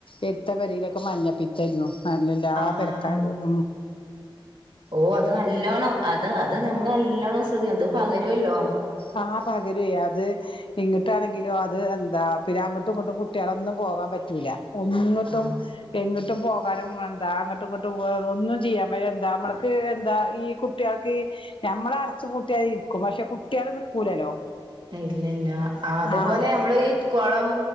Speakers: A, on the left; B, on the right.
A: എടുത്ത പെരയിലൊക്കെ മഞ്ഞപ്പീത്തായിരുന്നു എല്ലാ
B: ആ
A: പെരക്കാർക്കും.
B: ഓ അത് നല്ലോണം അത് അത് നമ്മൾ നല്ലോണം ശ്രദ്ധി അത് പകരുമല്ലോ?
A: ആഹ് പകരുവേ അത് ഇങ്ങിട്ടാണെങ്കിലും അത് എന്താ പിന്നെ അങ്ങോട്ടും ഇങ്ങോട്ടും കുട്ടികളൊന്നും പോകാൻ പറ്റൂല്ല, ഒന്നിട്ടും
B: ആഹ്
A: എങ്ങിട്ടും. ഇട്ടും പോകാനും എന്താ അങ്ങോട്ടും ഇങ്ങോട്ട് പോ ഒന്നും ചെയ്യൻ പ എന്താ നമ്മക്ക് എന്താ ഈ കുട്ടികൾക്ക്. നമ്മള് അടച്ച് കൂട്ടിയാൽ ഇരിക്കും പക്ഷെ കുട്ടികള് നിക്കൂലല്ലോ.
B: ഇല്ലല്ല അതേപോലെ
A: ആഹ്
B: നമ്മള് ഈ കുളം.